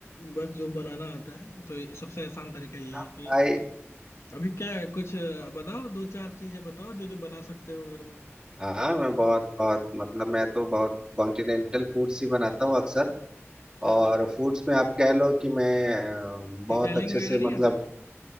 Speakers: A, on the left; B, on the right.
A: बस जो बनाना आता है तो ये सबसे आसान तरीका यही
B: हाँ
A: है कि
B: भाई
A: अभी क्या है कुछ अ, बताओ दो चार चीजें बताओ जो जो बना सकते हो घर में
B: हाँ मैं बहुत बहुत मतलब मैं तो बहुत कॉन्टिनेंटल फूड्स ही बनाता हूँ अक्सर
A: अच्छा
B: और फूड्स में आप कह लो कि मैं अ, बहुत
A: इटालियन
B: अच्छे
A: वगैरह
B: से
A: नहीं
B: मतलब
A: आता है